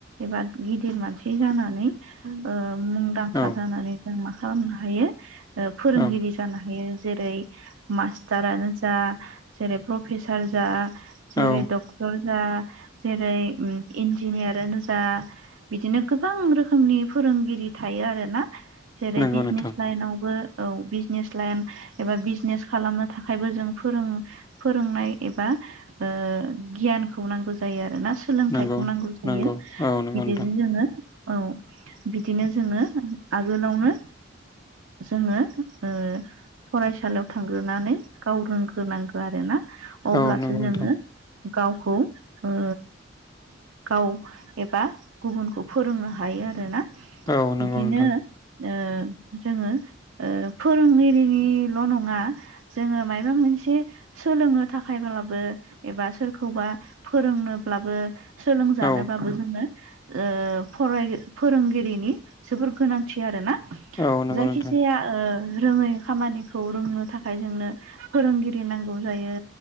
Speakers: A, on the right; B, on the left.
A: एबा गिदिर मानसि जानानै ओ मुंदांखा
B: औ
A: जानानै जों मा खालामनो हायो ओ फोरोंगिरि
B: औ
A: जानो हायो जेरै मास्टारानो जा जेरै प्रफेसार जा जेरै
B: औ
A: डक टर जा जेरै इन्जिनियारानो जा बिदिनो गोबां रोखोमनि फोरोंगिरि थायो आरो ना जेरै
B: नंगौ
A: बिजनेस
B: नोंथां
A: लाइनावबो औ बिजनेस लाइन एबा बिजनेस खालामनो थाखायबो जों फोरों फोरोंनाय एबा ओ गियानखौ नांगौ जायो आरोना। सोलोंथाइखौ
B: नंगौ
A: नांगौ जायो
B: नंगौ औ नंगौ
A: बिदिजों
B: नोंथां
A: जोंङो औ बिदिनो जोंङो आगोलावनो जोंङो ओ फरायसालियाव थांग्रोनानै गाव रोंग्रोनांगौ आरो। आरोना अब्लासो
B: औ नंगौ
A: जोंङो
B: नोंथां
A: गावखौ ओ गाव एबा गुबुनखौ फोरोंनो हायो आरोना
B: औ
A: बिदिनो
B: नंगौ नोंथां
A: ओ जोंङो ओ फोरोंगिरिनिल' नङा जोंङो माबा मोनसे सोलोंनो थाखायब्लाबो एबा सोरखौबा फोरोंनोब्लाबो सोलोंजानोबाबो
B: औ
A: जोंङो ओ फराय फोरोंगिरिनि जोबोर गोनांथि आरोना
B: औ नंगौ
A: जायखि
B: नोंथां
A: जाया ओ रोङै खामानिखौ रोंनो थाखाय जोंनो फोरोंगिरि नांगौ जायो।